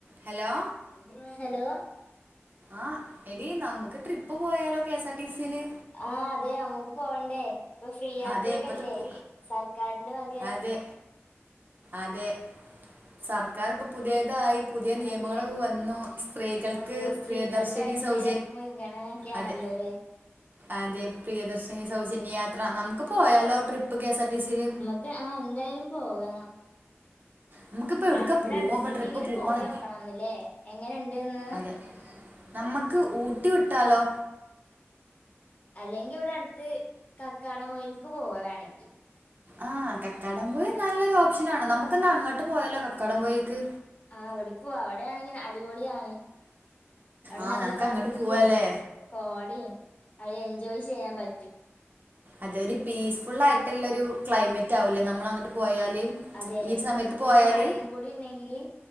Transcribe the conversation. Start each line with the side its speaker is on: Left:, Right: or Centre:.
Right: hello
Left: ന്തുവാ hello
Right: ആഹ് എടീ നമുക്ക് ട്രിപ്പ് പോയാലോ കെ എസ് ആർ ടി സില്
Left: ആഹ് അതെ നമ്മക്ക് പോണ്ടേ ഇപ്പൊ ഫ്രീ യാത്രയൊക്കെല്ലേ
Right: അതെ ഇപ്പത്തെ പു
Left: സർക്കാരിന്റെ വക
Right: അതെ അതെ സർക്കാർ ഇപ്പൊ പുതിയതായി പുതിയ നിയമങ്ങളൊക്കെ
Left: അതെ
Right: വന്നു സ്ത്രീകൾക്ക്
Left: അന്ന് സ്ത്രീകൾക്കായിട്ടുള്ള
Right: പ്രിയദർശിനി സൗജ
Left: മുൻഗണനൊക്കെയാണല്ലോ
Right: അതെ
Left: അല്ലേ
Right: അതെ പ്രിയദർശനി സൗജന്യയാത്ര നമുക്ക് പോയാലോ trip K S R T സില്
Left: റ്റ ആ എന്തായാലും പോകണം
Right: നമുക്കിപ്പ എവിടുക്കാ
Left: അ- ഇവിടെ
Right: പോവാ
Left: അടുത്തേക്കെങ്കിലും
Right: ഇപ്പ ട്രിപ്പ് പോവാണേ
Left: പോയോക്കണം ഒന്നില്ലേ എങ്ങനെണ്ട്ന്ന്
Right: അതെ നമ്മക്ക് ഊട്ടി വിട്ടാലോ
Left: അല്ലെങ്കിൽ ഇവിടെ അട്ത്ത് കക്കാടം പൊഴിൽക്ക് പോവാ വേണെങ്കി
Right: ആഹ് കക്കാടംപൊയി നല്ലൊരു ഓപ്ഷനാണ് നമുക്ക്ന്നാ അങ്ങട്ട് പോയാലോ കക്കാടംപൊയിക്ക്
Left: ആ അവിട്ക്ക് പോവാ അവിടെയാണെങ്കി അടിപൊളിയാണ് അവിടെ
Right: ആഹ്
Left: നല്ല
Right: നമുക്ക്
Left: തണുപ്പും
Right: അങ്ങോട്ട് പോവാല്ലേ
Left: കോടിം അത് എൻജോയ് ചെയ്യാൻ പറ്റും
Right: അതൊരു പീസ്ഫുൾ ആയിട്ടുള്ളൊരു ക്ലൈമ റ്റാവുലേ
Left: അതെ
Right: നമ്മള് അങ്ങട്ട് പോയാല്
Left: അതെ
Right: ഈ സമയത്ത്
Left: കൂടെ
Right: പോയാല്
Left: മഴയും കൂടി ഉണ്ടെങ്കില്